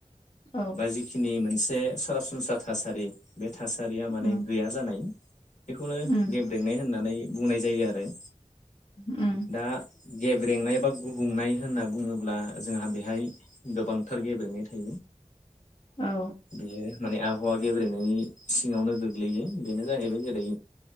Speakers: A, on the left (about 45°); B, on the left (about 70°).
A: औ
B: बा जिखिनि मोनसे जे सरासनस्रा थासारि बे थासारिया माने
A: उम
B: गैया जानाय। बेखौनो
A: उम
B: गेब्रेंनाय होननानै बुंनाय जायो आरो
A: ओम।
B: दा गेब्रेंनाय बा गुबुंनाय होनना बुङोब्ला जोंहा बेहाय गोबांथार गेब्रेंनाय था
A: औ
B: बियो माने आबहावा गेब्रेनायनि सिङावनो गोग्लैयो बेनो जाहैबाय जेरै